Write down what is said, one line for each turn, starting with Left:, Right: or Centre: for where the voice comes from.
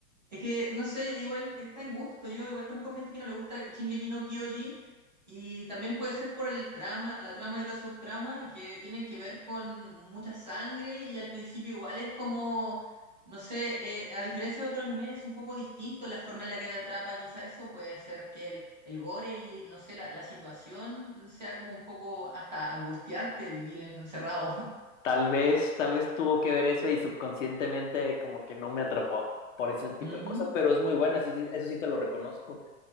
Right: Es que, no sé, igual está en gusto. Yo igual conozco gente que no le gusta Shingeki no Kyojin y también puede ser por el trama, la trama y la subtrama que tienen que ver con mucha sangre y al principio igual es como, no sé, eh, a diferencia de otro anime es un poco distinto la forma en la que te atrapa. Quizá eso puede ser que el, el gore y, no sé, la, la situación sea como un poco hasta angustiante vivir encerrado.
Left: Tal vez, tal vez tuvo que ver eso y subconscientemente como que no me atrapó por ese tipo
Right: <laughs> Ujú.
Left: de cosas, pero es muy buena, sí, sí, eso sí te lo reconozco.